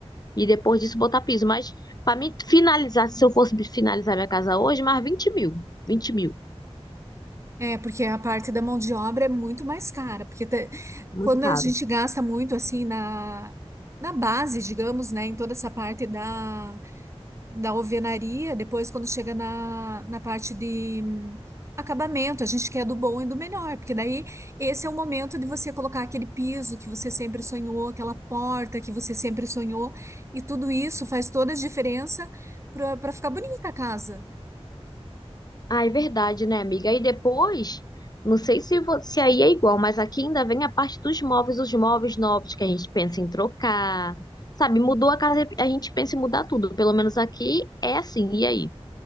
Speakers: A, on the left; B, on the right.
A: E depois disso botar piso. Mas para mim finalizar, se eu fosse finalizar minha casa hoje, mais 20 mil. vinte mil.
B: é, porque a parte da mão de obra é muito mais cara, porque te-
A: Muito
B: quando
A: caro.
B: a gente gasta muito assim na. Na base, digamos, né, em toda essa parte da, da alvenaria, depois quando chega na, na parte de Acabamento, a gente quer do bom e do melhor, porque daí esse é o momento de você colocar aquele piso que você sempre sonhou, aquela porta que você sempre sonhou, e tudo isso faz toda a diferença para ficar bonita a casa.
A: Ah, é verdade, né, amiga? Aí depois, não sei se, vo- se aí é igual, mas aqui ainda vem a parte dos móveis, os móveis novos que a gente pensa em trocar. Sabe, mudou a casa, a gente pensa em mudar tudo. Pelo menos aqui é assim, e aí?